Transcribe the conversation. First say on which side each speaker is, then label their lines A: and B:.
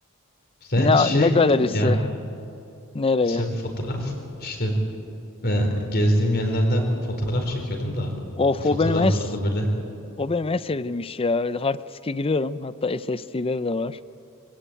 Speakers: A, on the left; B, on the left.
A: Sen
B: Ne
A: hiç şeye
B: ne
A: gittin
B: galerisi?
A: mi ya?
B: Nereye?
A: Sen fotoğraf işte e, gezdiğim yerlerde fotoğraf çekiyordum da
B: Of
A: o fotoğraflarda
B: o benim en
A: böyle
B: o benim en sevdiğim iş ya. Hard diske giriyorum. Hatta SSD'de de var.